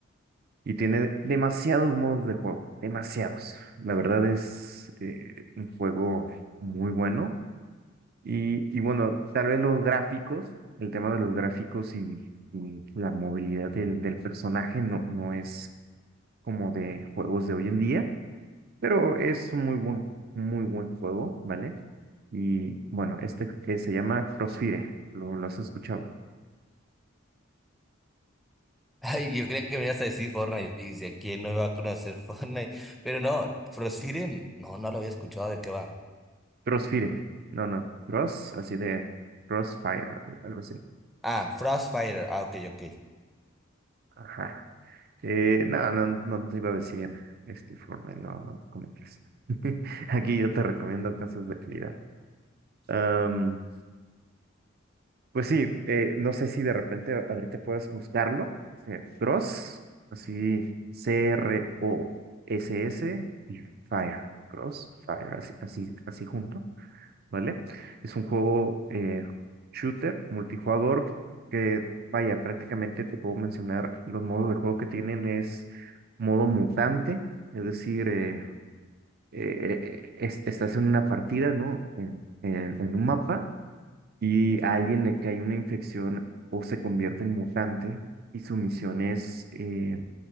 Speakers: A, on the right; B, in the centre.
A: Y tiene demasiados modos de juego, demasiados. La verdad es eh, un juego muy bueno. Y, y bueno, tal vez los gráficos, el tema de los gráficos y, y la movilidad del, del personaje no, no es como de juegos de hoy en día, pero es un muy buen, muy buen juego, ¿vale? Y bueno, este que se llama Crossfire, ¿lo, lo has escuchado?
B: <laughs> Ay, yo creía que me ibas a decir Fortnite, y dice, ¿quién no iba a conocer <laughs> Fortnite? Pero no, Frostfire, no, no lo había escuchado de qué va.
A: Crossfire, no, no, Cross, así de Crossfire, algo así.
B: Ah, Frostfire, ah, ok, ok.
A: Ajá. Eh, no, no, no te iba a decir este informe, no, no, ¿cómo crees? <laughs> Aquí yo te recomiendo cosas de calidad. Am, pues sí, eh, no sé si de repente a- ahorita puedas buscarlo. eh, Cross, así, C-R-O-S-S y Fire. Cross, Fire, así, así, así junto. ¿vale? Es un juego eh, shooter, multijugador, que vaya, prácticamente te puedo mencionar los modos de juego que tienen es modo mutante, es decir, eh, eh, eh, es- estás en una partida, ¿no? En, en- en un mapa y a alguien le cae una infección o se convierte en mutante y su misión es eh,